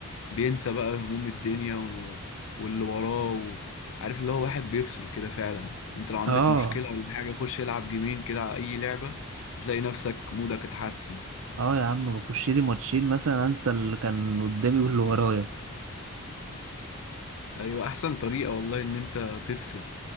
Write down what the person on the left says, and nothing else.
بينسى بقى هموم الدنيا و... واللي وراه و... عارف اللي هو واحد بيفصل كده فعلا انت لو عندك
مشكلة ولا حاجة خش العب جيمين كده على اي لعبة تلاقي نفسك مودك اتحسن
ايوه احسن طريقة والله ان انت تفصل